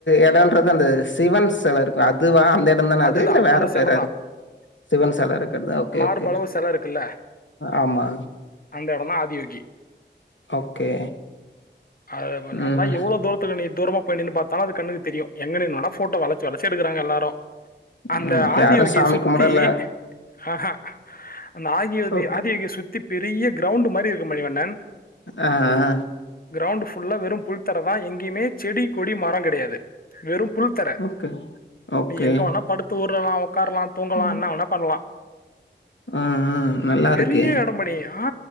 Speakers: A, on the left; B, on the left.
A: இடன்றது அந்த சிவன் சில இருக்கு அது வாந்தே இட தான
B: அதுதான்
A: அது இல்ல வேற
B: அந்த
A: பெயர
B: சிலை
A: அது
B: தான்
A: சிவன் செல இருக்குறதா ஓகே
B: மார்பளவு
A: ஓகே
B: சிலை இருக்குல்ல
A: ஆமா
B: அந்த இடந்தா ஆதியோகி
A: ஓகே.
B: அது இப்ப
A: ம்,
B: நல்லா எவ்ளோ தூரத்துக்கு நீ தூரமா பண்ணி நின்னு பார்த்தாலு அது கண்ணுக்கு தெரியு எங்க நின்னாலு போட்டோ வளைச்சி வளைச்சி எடுக்குறாங்க எல்லாரு அந்த
A: ம்.
B: ஆதியோகிய
A: யாரும் சாமி
B: சுத்தி
A: கும்பிடல.
B: ஆ அ அந்த ஆகியோ
A: ஓகே.
B: ஆதியோகிய சுத்தி பெரிய கிரவுண்ட் மாதிரி இருக்கு மணிவண்ணன்
A: ஆ, ஆ.
B: கிரவுண்ட் ஃபுல்லா வெறு புல் தர தா எங்கேயுமே செடி கொடி மரம் கிடையாது வெறு புல் தர
A: ஓகே, ஓகே.
B: நீ எங்க வேணா படுத்து உரு <unintelligible> உட்காரலா தூங்கலா
A: ம்.
B: என்ன வேனா பண்ணலா
A: ஆ, ஆ. நல்லா
B: பெரிய
A: இருக்கே.
B: இடம் மணி ஆ